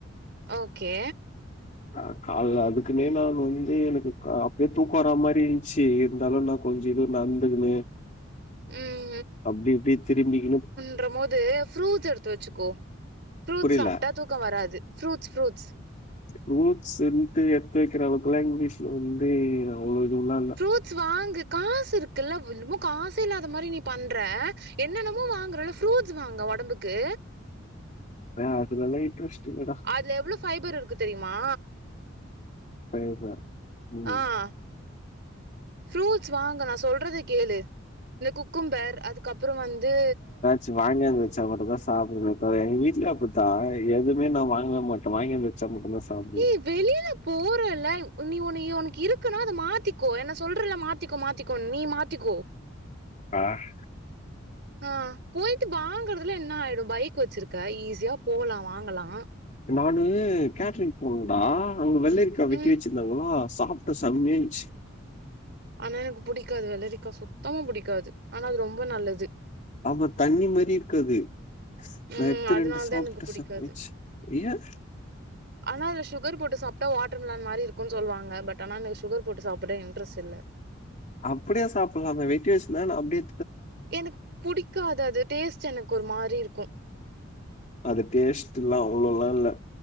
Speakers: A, on the right (about 55°); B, on the left (about 40°).
A: ஓகே
B: நா கால்லா அதுக்குன்னே நான் வந்து எனக்கு அப்பயே தூக்கம் வரா மாரி இருந்துச்சு இருந்தாலும் நா கொஞ்சம் இதும் நடந்துக்குனே
A: ம்
B: அப்டி இப்டி திரும்பிகினு
A: சாப்டும் போது ஃபுரூட்ஸ் எடுத்து வச்சுக்கோ ஃபுரூட்ஸ்
B: புரியல.
A: சாப்ட்டா தூக்கம் வராது ஃபுரூட்ஸ் ஃபுரூட்ஸ்
B: ஃபுரூட்ஸ் இன்டு எத்து வைக்கிற அளவுக்குல்லாம் இங்கிலீஷ்லா வந்து அவ்ளோ இதுல்லாம் இல்ல
A: ஃபுரூட்ஸ் வாங்கு காசு இருக்குல்லா இன்னமோ காசு இல்லாத மாரி நீ பண்ற என்னென்னமோ வாங்குறல ஃப்ரூட்ஸ் வாங்கு உடம்புக்கு
B: ஆ அதேல்லா இன்டரஸ்ட இல்லடா
A: அதுல எவ்ளோ ஃபைபர் இருக்கு தெரியுமா
B: <unintelligible> ம்.
A: ஆஹ் ஃப்ரூட்ஸ் வாங்கு நா சொல்றத கேளு இந்த குக்கும்பர் அதுக்கப்புறோ வந்து
B: சே வாங்கிந்து வச்சா மட்டுதா சாப்பிட எங்க வீட்டுல அப்டித்தா எதுமே நா வாங்கவே மாட்டே வாங்கிந்து வச்சா மட்டுதா அப்டி
A: ஏய் வெளியில போறலா நீ ஓன்னு உனக்கு இருக்குனா மாத்திக்கோ என்ன சொல்றல மாத்த மாத்திக்க மாத்திக்கோ நீ மாத்திக்கோ
B: ஆஹ்
A: ஆஹ் போயிட்டு வாங்கறதுலா என்ன ஆயிடு பைக் வச்சிருக்க ஈஸியா போகலா வாங்கலா
B: நானு கேட்டரிங் போனடா அங்க வெள்ளரிக்கா வெட்டி
A: ம்
B: வேச்சு வேச்சுருந்தாங்களா சாப்பிட்டே செம்மாயாயிருந்துச்சு
A: ஆனா எனக்கு பிடிக்காது வெள்ளரிக்கா சுத்தமா பிடிக்காது ஆனா அது ரொம்ப நல்லது
B: அப்ப தண்ணி மாரி இருக்காது
A: ம்
B: நா எத்து
A: அதனால
B: ரெண்டு சாப்ட
A: தா எனக்கு புடிக்காது
B: <unintelligible>
A: ஆனா அது சுகர் போட்டு சாப்டா வாட்டர்மெலன் மாரி இருக்கும்னு சொல்லுவாங்க பட் ஆனா என சுகர் போட்டு சாப்பிட இன்ரெட்ல்லா
B: அப்டியே சாப்டலாமே வெட்டி வச்சிருந்தான அப்டியே
A: எனக்கு புடிக்காது அது டேஸ்ட் எனக்கு ஒரு மாரி இருக்கு
B: அது டேஸ்ட் எல்லா அவ்ளவுல்லா இல்லா